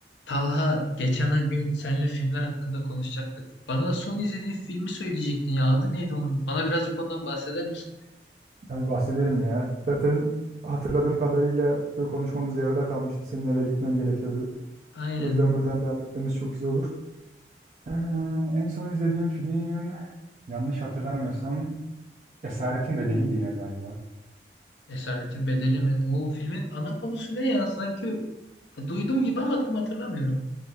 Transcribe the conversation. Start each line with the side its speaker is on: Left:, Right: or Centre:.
Left: Talha geçen gün seninle filmler hakkında konuşacaktık. Bana son izlediğin filmi söyleyecektin ya. Adı neydi onun? Bana birazcık ondan bahseder misin?
Right: Tabii bahsederim ya. Zaten hatırladığım kadarıyla bu konuşmamız yarıda kalmıştı. Senin eve gitmen gerekiyordu.
Left: Aynen.
Right: O yüzden buradan devam etmemiz çok güzel olur. Ee, en son izlediğim film yanlış hatırlamıyorsam Esaretin Bedeli'ydi ya galiba.
Left: Esaretin Bedeli mi? O filmin ana konusu ne ya? Sanki duydum gibi ama tam hatırlamıyorum.